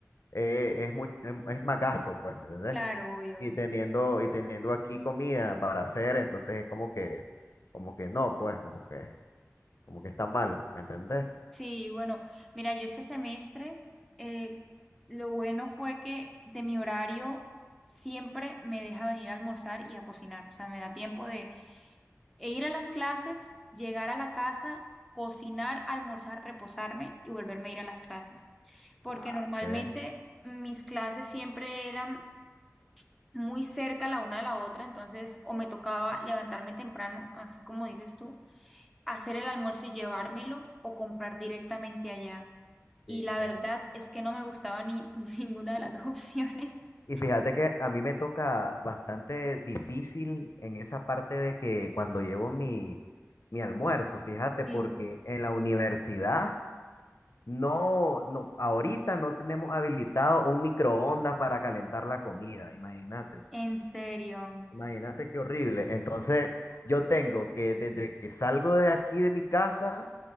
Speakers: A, on the left; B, in the centre.
A: eh, es, muy, es, es más gasto, pues, ¿me entendés?
B: claro, obvio.
A: Y teniendo, y teniendo aquí comida para hacer, entonces es como que, como que no, pues como que como que está mal, ¿me entendés?
B: Sí, bueno, mira, yo este semestre, eh, lo bueno fue que de mi horario siempre me deja venir a almorzar y a cocinar. O sea, me da tiempo de. E ir a las clases, llegar a la casa, cocinar, almorzar, reposarme y volverme a ir a las clases. Porque
A: Ah,
B: normalmente
A: ok.
B: mis clases siempre eran muy cerca la una de la otra, entonces o me tocaba levantarme temprano, así como dices tú, hacer el almuerzo y llevármelo o comprar directamente allá. Y
A: Sí,
B: la
A: claro.
B: verdad es que no me gustaba ni <laughs> ninguna de las dos opciones.
A: Y fíjate que a mí me toca bastante difícil en esa parte de que cuando llevo mi, mi almuerzo, fíjate,
B: Sí,
A: porque en la universidad no, no, ahorita no tenemos habilitado un microondas para calentar la comida, imagínate,
B: en serio,
A: imagínate qué horrible. Entonces yo tengo que desde que salgo de aquí de mi casa